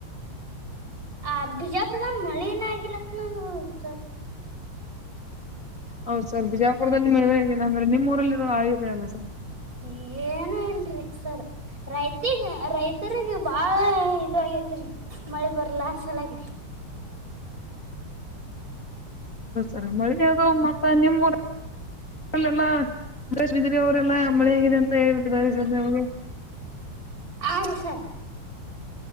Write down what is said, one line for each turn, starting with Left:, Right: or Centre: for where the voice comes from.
Right: ಆ ಬಿಜಾಪುರ್ದಾಗ್ ಮಳಿನ ಆಗಿಲತ್ ನೋ ನ ಸರ್.
Left: ಹೌದ ಸರ್ ಬಿಜಾಪುರದಲ್ಲಿ ಮಳಿ ಆಗಿಲ್ಲ ಅಂದ್ರೆ ನಿಮ್ಮ ಊರಲ್ಲಿನೂ ಆಗಿದೆ ಅಲ್ ಸರ್.
Right: ಎ ಏನು ಇಲ್ರಿ ಸರ್. ರೈತಿಗ ರೈತರಿಗ ಭಾಳ ಇದು ಆಗೇತ್ರಿ. ಮಳಿ ಬರ್ಲಾರ್ದ ಸಲಾಗ್ರಿ.
Left: ಹ ಸರ್ ಮಳಿನೇ ಅದು ಮತ್ತ ನಿಮ್ಮ ಊರ್ ಅಲ್ಲೆಲ್ಲ ಮಹೇಶ್ ಬಿದಿರಿ ಅವರೆಲ್ಲಾ ಮಳೆ ಆಗಿದೆ ಅಂತ ಹೇಳ್ಬಿಟ್ಟಿದ್ದಾರೆ ಸರ್ ನಮ್ಗೆ.
Right: ಆ ರಿ ಸರ್.